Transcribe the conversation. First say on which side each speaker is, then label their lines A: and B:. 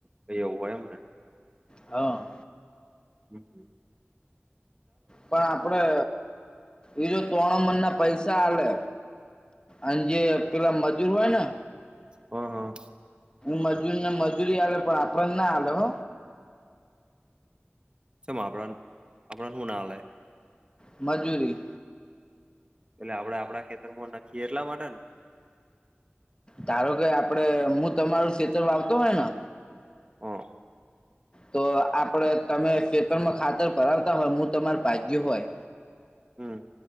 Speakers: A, on the right; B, on the left.
A: તે એવું હોય એમને,
B: હા,
A: હમ હમ,
B: પણ આપડે એ જો ત્રણ મનના પૈસા આલે, અન જે પેલા મજૂર હોય ને,
A: હ હા,
B: મજુરીને મજૂરી આલે પણ આપડે ના આલે હ,
A: ચેમ આપણા ન આપણા ન હુના આલે,
B: મજૂરી,
A: એટલે આપડે આપડા ખેતરમાં નાખીએ એટલા માટે ને,
B: ધારો કે આપડે હું તમારું ષેતર વાવતો હોય ને,
A: હા,
B: તો આપડે તમે ખેતરમાં ખાતર ભરાવતા હોય હું તમારે ભાગ્યુ હોય
A: હમ,